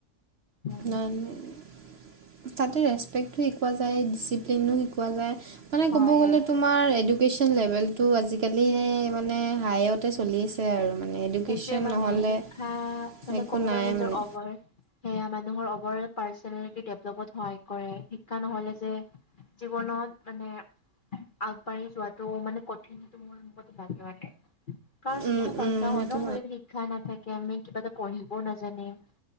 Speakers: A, on the left (about 40°); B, on the right (about 50°).
A: উম
B: ন নাই তাতে ৰেচপেক্টো শিকোৱা যায় ডিচিপ্লিনো শিকোৱা যায়। মানে
A: হয়
B: ক'ব গ'লে তোমাৰ এডুকেশ্যন লেভেলটো আজিকালিহে মানে হাইত তে চলি আছে আৰু মানে এডুকেশ্যন
A: সেইটোৱে মানে
B: নহ'লে
A: শিক্ষা মানে
B: একো
A: ক'ব
B: নাই
A: গ'লে নিজৰ
B: মানে
A: অভাৰ সেয়া মানুহৰ অভাৰল পাৰ্চনেলিটি ডেভলপত সহায় কৰে শিক্ষা নহলে যে জীৱনত মানে আগবাঢ়ি যোৱাটোও মানে কঠিন মোৰ অংকটো বাদ যোৱা নাই কাৰণ
B: উম
A: এইটো হলচ
B: উম
A: ত হয়
B: সেইটো
A: ন মোৰ যদি শিক্ষা নাথাকে আমি কিবা এটা পঢ়িব নাজানিম।